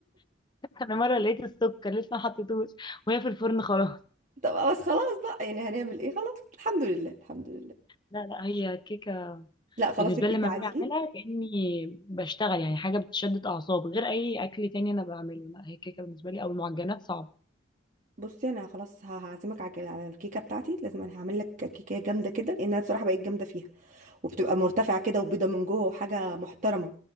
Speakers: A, on the left (about 25°); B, on the right (about 40°).
A: انا مره لقيت السكر لسه ما حطيتوش وهي في الفرن خلاص
B: <laughs> طب بس خلاص بقى يعني هنعمل ايه خلاص الحمد لله الحمد لله
A: لا لا هي كيكه
B: لا خلاص
A: بالنسبة
B: يبقى
A: لي
B: انت
A: لما
B: علي
A: باجي اعملها
B: لي
A: كأني بشتغل يعني حاجة بتشدد اعصاب غير اي اكل تاني انا بعمله لا هي كيكة بالنسبة لي او المعجنات صعبة
B: بصي انا خلاص ه- هعزمك على على الكيكه بتاعتي لازم انا هعمل لك كيكه جامده كده لان انا بصراحه بقيت جامده فيها وبتبقى مرتفعة كده وبيضة من جوه وحاجة محترمة